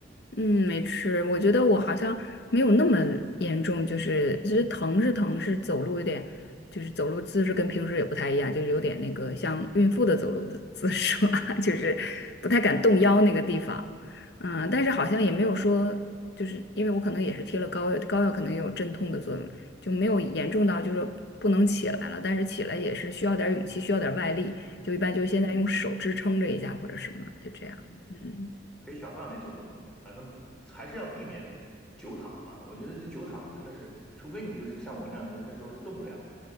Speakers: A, on the left; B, in the centre.
A: 嗯，没吃。我觉得我好像没有那么严重，就是其实疼是疼，是走路有点，就是走路姿势跟平时也不太一样，就是有点那个像孕妇的走路的姿势吧，
B: 嗯嗯嗯
A: <laughs> 就是不太敢动腰那个地方。嗯，
B: 嗯
A: 但是好像也没有说，就是因为我可能也是贴了膏药，膏药可能也有镇痛的作用，就没有严重到就是说不能起来了，但是起来也是需要点儿勇气，需要点儿外力，就一般就是现在用手支撑着一下或者什么，
B: 嗯嗯
A: 就这样。
B: 嗯，
A: 嗯
B: 可以小范围走动走动，反正还是要避免久躺吧。我觉得这久躺真的是，除非你就是像我那样是那时候就动不了。